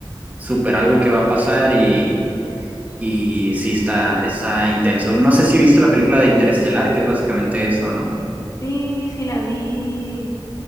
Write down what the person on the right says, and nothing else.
super algo que va a pasar y Y sí, está, está intenso. No sé si viste la película de Interestelar, que es básicamente eso, ¿no?